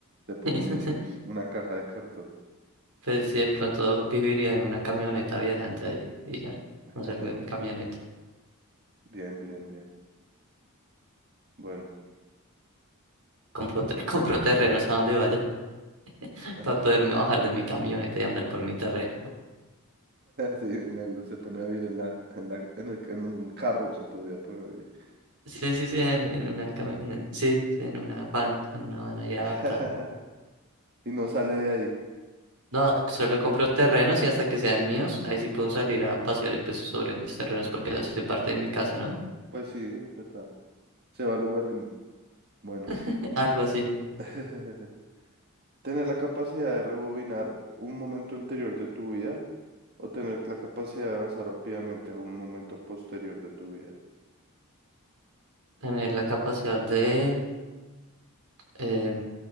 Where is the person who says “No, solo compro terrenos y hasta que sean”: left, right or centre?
Right